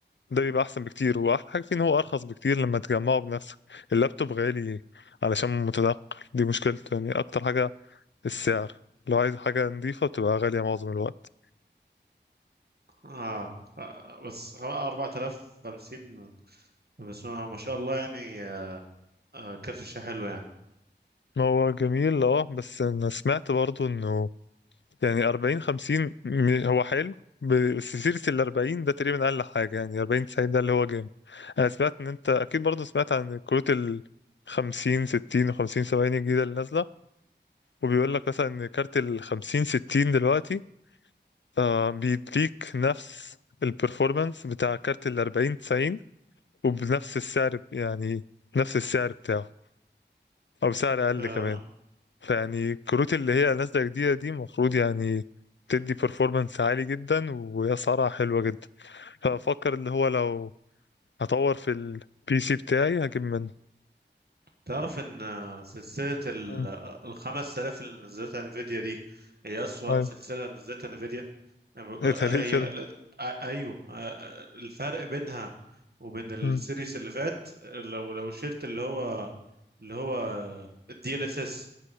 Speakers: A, on the left; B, on the right.
A: ده بيبقى احسن بكتير واحلى حاجه فيه ان هو ارخص بكتير لما تجمعه بنفسك اللابتوب غالي علشان متنقل دي مشكلته يعني اكتر حاجه السعر لو عايز حاجه نظيفه بتبقى غاليه معظم الوقت
B: آه, آه بس 4050 بس ما شاء الله يعني آه آه، كارت الشاشة حلو يعني
A: ما هو جميل اه بس انا سمعت برضو انه يعني 40 50 م- هو حلو ب- بس سيرة ال 40 ده تقريبا أقل حاجة يعني 40 90 ده اللي هو جامد أنا سمعت إن أنت أكيد برضه سمعت عن كروت ال 50 60 و 50 70 الجديدة اللي نازلة وبيقول لك مثلا إن كارت ال 50 60 دلوقتي آه بيديك نفس البرفورمانس بتاع كارت ال 40 90 وبنفس السعر يعني نفس السعر بتاعه أو سعر أقل
B: آه
A: كمان فيعني الكروت اللي هي نازلة جديدة دي المفروض يعني تدي performance عالي جدا وأسعارها حلوة جدا فأفكر اللي هو لو هطور في البي سي بتاعي هجيب منه
B: تعرف ان آه، سلسلة ال-
A: مم.
B: آه، الخمس آلاف اللي نزلتها انفيديا دي هي أسوأ
A: أيوه
B: سلسلة نزلتها انفيديا آه،
A: إيه ده ليه
B: هي
A: كده
B: قالت- آه، ايوه آه، آه، الفرق بينها وبين السيريس
A: مم.
B: اللي فات آه، لو لو شلت اللي هو اللي هو الدي ال اس اس